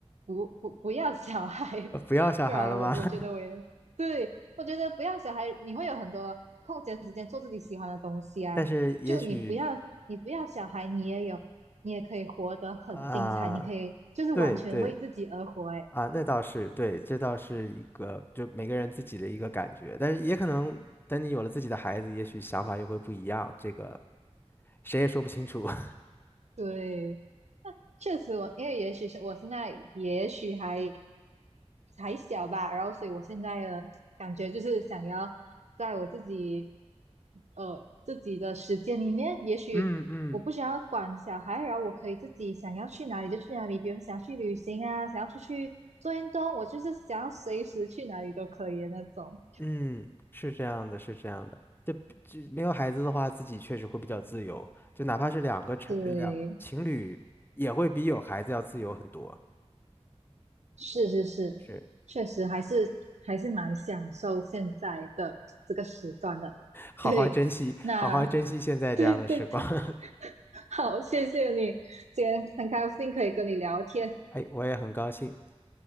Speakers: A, on the right; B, on the left.
A: 不不不要小孩，
B: 呃不要小孩了吗？
A: 不然我我觉得我也对，
B: <laughs>
A: 我觉得不要小孩，你会有很多空闲时间做自己喜欢的东西啊。
B: 但是也许
A: 就你不要你不要小孩，你也有你也可以活得很精彩，
B: 啊，
A: 你可以就是完全为自己而活、
B: 对对
A: 欸哎，
B: 啊，那倒是对，这倒是一个就每个人自己的一个感觉，但是也可能等你有了自己的孩子，也许想法又会不一样，这个谁也说不清楚。<laughs>
A: 对。确实我，因为也许是我现在也许还还小吧，然后所以我现在的感觉就是想要在我自己呃自己的时间里面，也许我不想要管小孩，
B: 嗯嗯
A: 然后我可以自己想要去哪里就去哪里，比如说想要去旅行啊，想要出去做运动，我就是想要随时去哪里都可以的那种。
B: 嗯，是这样的，是这样的。就就没有孩子的话，自己确实会比较自由，就哪怕是两个成两个情侣，
A: 对，
B: 也会比有孩子要自由很多。
A: 是是是，
B: 是。
A: 确实还是还是蛮享受现在的这个时段的。
B: 好好珍惜，
A: 对，那
B: 好好珍惜现在这样的时光。
A: <laughs> 对对对
B: <laughs>
A: <laughs> 好，谢谢你，今天很高兴可以跟你聊天。
B: 哎，我也很高兴。